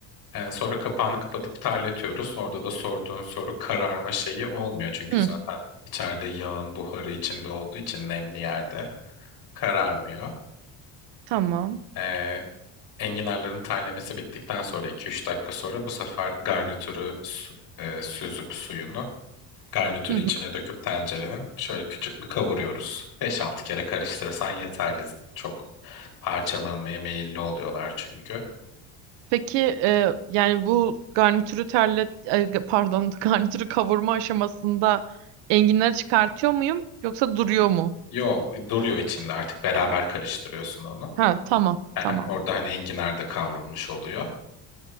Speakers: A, on the left (about 50°); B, on the right (about 70°).
A: Ee, sonra kapağını kapatıp terletiyoruz. Orada da sorduğun soru kararma şeyi olmuyor çünkü
B: Hı,
A: zaten içeride yağın buharı içinde olduğu için nemli yerde kararmıyor.
B: tamam.
A: Ee, enginarların terlemesi bittikten sonra iki üç dakika sonra bu sefer garnitürü su- e, süzüp suyunu garnitürü
B: Hı hı.
A: içine döküp tencerenin şöyle küçük bir kavuruyoruz. Beş altı kere karıştırırsan yeterli. Çok parçalanmaya meyilli oluyorlar çünkü.
B: Peki e, yani bu garnitürü terlet e, pardon <laughs> garnitürü kavurma aşamasında enginleri çıkartıyor muyum yoksa duruyor mu?
A: Yo duruyor içinde artık beraber karıştırıyorsun onu.
B: Ha tamam
A: Aha,
B: tamam
A: orada hani enginar da kavrulmuş oluyor.